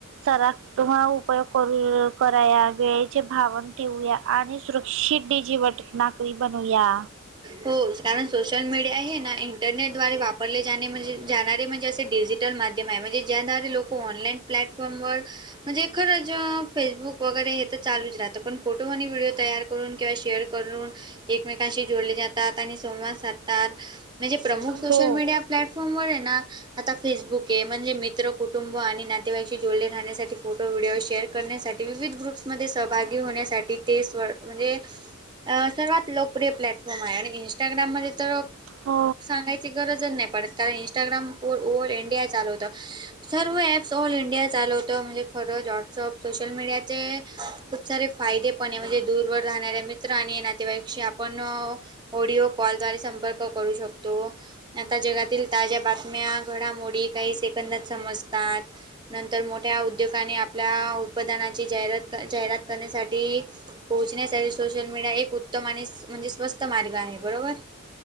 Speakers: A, on the right; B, on the right.
A: <unintelligible> उपयोग करू करा गे चे भावन ठेवूया आणि सुरक्षित डी जीवट नाकरी बनूया
B: हो कारण सोशल मीडिया हे ना इंटरनेटद्वारे वापरले जाणे म्हणजे जाणारे म्हणजे असे डिजिटल माध्यम आहे म्हणजे ज्याद्वारे लोक ऑनलाईन प्लॅटफॉर्मवर म्हणजे खरंच फेसबुक वगैरे हे तर चालूच राहतं पण फोटो आणि व्हिडिओ तयार करून किंवा शेअर करून एकमेकांशी जोडले जातात आणि संवाद साध त्यात म्हणजे प्रमुख सोशल
A: हो.
B: मीडिया प्लॅटफॉर्मवर हे ना आता फेसबुक हे म्हणजे मित्र, कुटुंब आणि नातेवाईकशी जोडले राहण्यासाठी फोटो व्हिडिओ शेअर करण्यासाठी विविध गृप्समध्ये सहभागी होण्यासाठी ते स् म्हणजे असं वाटलं <unintelligible> प्लॅटफॉर्म आहे आणि इंस्टाग्राम मध्ये तर,
A: हो.
B: सांगायची गरजच नाही पडंत. कारण इन्स्टाग्राम पो ऑल इंडिया चालवतं. सर्व ॲप्स ऑल इंडिया चालवतं म्हणजे खरंच व्हॉट्सअप सोशल मीडियाचे. खूप सारे फायदे पण आहे म्हणजे दूरवर राहणाऱ्या मित्र आणि नातेवाईकशी आपण ऑडिओ कॉलद्वारे संपर्क करू शकतो, आता जगातील ताज्या बातम्या, घडामोडी काही से कंदात समजतात, नंतर मोठ्या उद्योगाने आप आपल्या उत्पादानाची जाहिरात, जाहिरात करण्यासाठी पोहोचण्यासाठी सोशल मीडिया एक उत्तम आणि म्हणजे स्वस्त मार्ग नाही बरोबर.